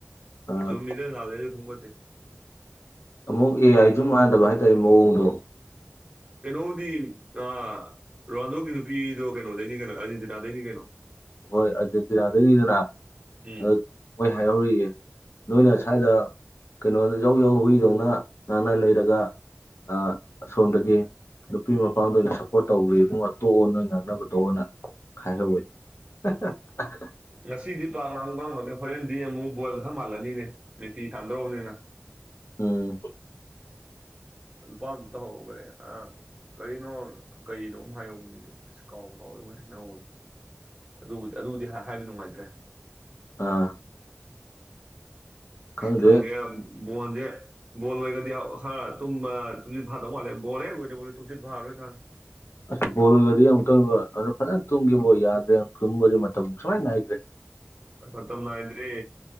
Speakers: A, on the left; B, on the right.
A: ꯑꯥ
B: ꯆꯨꯝꯃꯤ ꯂꯩ ꯂꯦ ꯐꯣꯡꯃꯗꯤꯦ
A: ꯑꯃꯨꯛ ꯑꯦ ꯑꯥꯏꯁꯨ ꯃꯥꯟꯗꯕ ꯍꯥꯏꯇꯥꯔꯦ ꯃꯑꯣꯡꯗꯣ
B: ꯀꯩꯅꯣꯗꯤ ꯑ ꯔꯣꯅꯥꯜꯗꯣꯒꯤ ꯅꯨꯄꯤꯗꯣ ꯀꯩꯅꯣꯗꯩꯅꯤ ꯀꯩꯅꯣ ꯑꯔꯖꯦꯟꯇꯤꯅꯥꯗꯩꯅꯤ ꯀꯩꯅꯣ
A: ꯍꯣꯏ ꯑꯔꯖꯦꯟꯇꯤꯅꯥꯗꯒꯤꯅꯤꯗꯅ
B: ꯎꯝ
A: ꯑ ꯃꯣꯏ ꯍꯥꯏꯍꯧꯔꯤꯌꯦ ꯅꯣꯏꯅ ꯁ꯭ꯋꯥꯏꯗ ꯀꯩꯅꯣꯗ ꯌꯧ ꯌꯧ ꯍꯨꯏꯗꯧꯅ ꯉꯥꯡꯅ ꯂꯩꯔꯒ ꯑ ꯑꯁꯣꯝꯗꯗꯤ ꯅꯨꯄꯤ ꯃꯄꯥꯝꯗ ꯑꯣꯏꯅ ꯁꯞꯄꯣꯔꯠ ꯇꯧꯋꯦ ꯏꯕꯨꯡꯉꯣꯇꯣꯛꯑꯣ ꯅꯣꯏ ꯉꯥꯡꯅꯕꯗꯣꯅ ꯈꯥꯏꯍꯧꯋꯦꯏ <unintelligible>
B: ꯉꯁꯤꯗꯤ ꯄꯥꯛ ꯉꯥꯡꯕꯅꯤ ꯍꯣꯔꯦꯟꯗꯤ ꯑꯃꯨꯛ ꯕꯣꯜ ꯈꯔ ꯃꯥꯜꯂꯅꯤꯅꯦ ꯃꯦꯊꯤ ꯊꯥꯟꯗꯧꯔꯕꯅꯤꯅ
A: ꯑ
B: ꯅꯨꯄꯥꯝꯗꯨ ꯇ ꯍꯈꯦ ꯑ ꯀꯔꯤꯅꯣ ꯀꯅꯣ ꯑꯃ ꯍꯥꯏꯔꯧꯕꯅꯦ ꯑꯁ ꯀꯥꯎ ꯀꯥꯎꯋꯦ ꯑꯩ ꯃꯣꯏꯅ ꯍꯥꯏꯅꯍꯧꯕ ꯑꯗꯨꯕꯨꯗꯤ ꯑꯗꯨꯕꯨꯗꯤ ꯍꯥꯏꯕ ꯅꯨꯡꯉꯥꯏꯇ꯭ꯔꯦ
A: ꯑꯥ ꯈꯪꯗꯦ
B: ꯈꯪꯒꯦ ꯕꯣꯟꯣꯟꯁꯦ ꯕꯣꯜ ꯂꯣꯏꯒꯔꯗꯤ ꯑ ꯈꯔ ꯇꯨꯝꯕ ꯇꯨꯝꯁꯤꯠ ꯐꯥꯗꯧꯕ ꯃꯥꯜꯂꯦ ꯕꯣꯜ ꯍꯦꯛ ꯂꯣꯏꯗꯔꯤꯐꯥꯎꯗꯤ ꯇꯨꯝꯁꯤꯠ ꯐꯥꯔꯣꯏ ꯈꯪꯉ
A: ꯑꯁ ꯕꯣꯔꯣꯏꯒꯗꯤ ꯑꯃꯨꯛꯇꯣꯏꯕ ꯑꯗꯨꯗꯣ ꯐꯖꯅ ꯇꯨꯝꯈꯤꯕ ꯌꯥꯗ꯭ꯔꯦ ꯇꯨꯝꯕꯗꯤ ꯃꯇꯝ ꯁꯨꯅꯥꯏꯅ ꯅꯥꯏꯗ꯭ꯔꯦ
B: ꯃꯇꯝ ꯅꯥꯏꯗ꯭ꯔꯦ